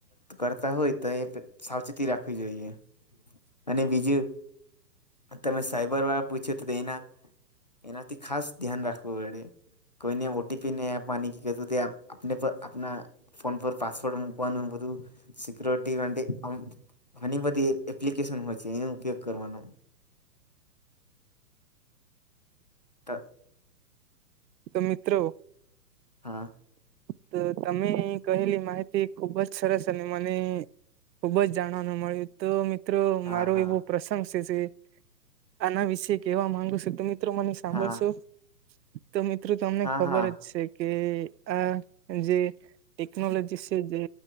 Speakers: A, on the left (about 30°); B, on the right (about 85°).
A: કરતા હોય તો એ સાવચેતી રાખવી જોઈએ. અને બીજું તમે સાઈબર વાળા પૂછ્યું તો તે એના એનાથી ખાસ ધ્યાન રાખવું પડે. કોઈને ઓટીપી નય આપવાની કે કશું તે આપણે પર આપના ફોન પર પાસવર્ડ મૂકવાનું બધું સિક્યોરિટી માટે આમ ઘણી બધી એપ્લિકેશન હોય છે એનો ઉપયોગ કરવાનો. ત
B: તો મિત્રો,
A: હા
B: તો તમે કહેલી માહિતી ખુબ જ સરસ અને મને ખુબ જ જાણવાનું મળ્યું તો મિત્રો
A: હા હા
B: એવું પ્રસંગ છે જે આના વિશે કેવા માંગુ છું. તો મિત્રો મને સાંભળશો?
A: હા
B: તો મિત્રો તમને
A: હા
B: ખબર
A: હા
B: જ છે કે આ જે ટેકનોલોજી છે જે